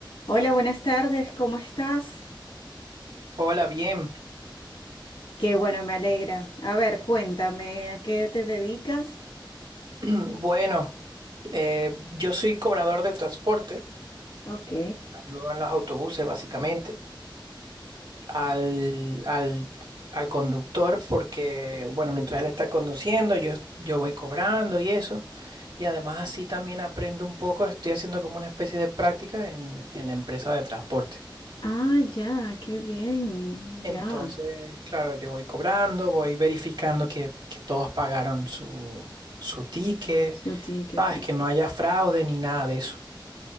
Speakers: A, on the left; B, on the right.
A: Hola, buenas tardes, ¿cómo estás?
B: Hola, bien.
A: Qué bueno, me alegra. A ver, cuéntame, ¿a qué te dedicas?
B: <clears throat> Bueno, eh, yo soy cobrador de transporte,
A: Ok.
B: ayudo en los autobuses básicamente al, al, al conductor porque, bueno, mientras él está conduciendo, yo, yo voy cobrando y eso. Y además así también aprendo un poco, estoy haciendo como una especie de práctica en, en la empresa de transporte.
A: Ah, ya, qué bien,
B: Entonces,
A: ya.
B: claro, yo voy cobrando, voy verificando que, que todos pagaron su, su ticket,
A: Su ticket.
B: sabes, que no haya fraude ni nada de eso.